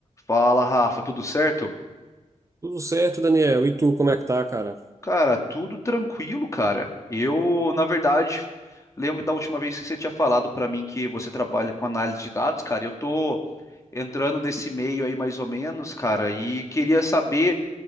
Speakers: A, on the left; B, on the right.
A: Fala, Rafa, tudo certo?
B: Tudo certo, Daniel? E tu, como é que tá, cara?
A: Cara, tudo tranquilo, cara. Eu, na verdade, lembro da última vez que você tinha falado pra mim que você trabalha com análise de dados, cara. Eu tô entrando nesse meio aí mais ou menos, cara, e queria saber,